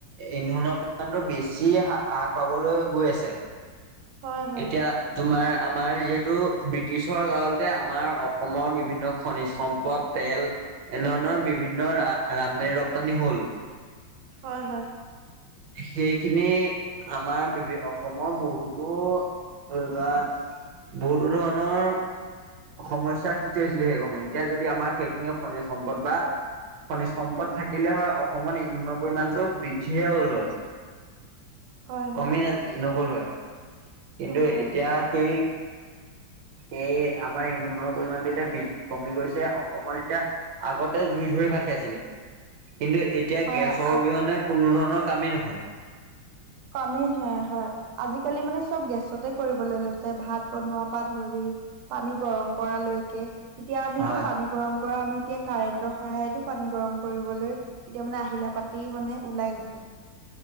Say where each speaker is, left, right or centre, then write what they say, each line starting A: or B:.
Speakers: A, on the right; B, on the right.
A: ইন্ধনৰ ইন্ধনৰ বেছি হা হ্ৰাস পাবলৈ গৈ আছে
B: হয় হয়
A: এতিয়া তোমাৰ আমাৰ যিহেতু ব্ৰিটিছৰ কাৰণতে আমাৰ অসমৰ বিভিন্ন খনিজ সম্প তেল এনেধৰণৰ বিভিন্ন ৰা ৰামদানি ৰপ্তানি হ'ল।
B: হয়-হয়।
A: সেইখিনি আমাৰ বিভিন্ন অসমৰ বহুতো ধৰি লোৱা বহুতো ধৰণৰ সমস্যাৰ সৃষ্টি হৈছিলে সেই সময় এতিয়া যদি আমাৰ সেইখিনি খনিজ সম্পদ বা খনিজ সম্পদ থাকিলে হয়, অসমত ইন্ধনৰ পৰিমাণটো বৃদ্ধি <unintelligible> ল হয়
B: হয়
A: কমি
B: হয়
A: ন নগল হয়। কিন্তু
B: হয়
A: এতিয়া সেই, সেই আমাৰ ইন্ধনৰ পৰিমাণটো এতিয়া বৃদ্ধি কমি গৈছে অসমত এতিয়া আগতে জুই ধৰি ভাত খাইছিলে। কিন্তু এতিয়া
B: হয়
A: গেছৰ অবিহনে কোনো ধৰণৰ কামেই নহয়।
B: কমেই নহয় হয়, আজিকালি মানে চব গেছতে কৰিবলৈ লৈছে। ভাত বনোৱাৰ পৰা ধৰি পানী গৰম কৰা লৈকে। এতিয়া আমিতো
A: হয়
B: পানী গৰম কৰা আমি এতিয়া কাৰেন্টৰ সহায়তো পানী গৰম কৰিবলৈ এতিয়া মানে আহিলা-পাতি মানে ওলাই গৈছে।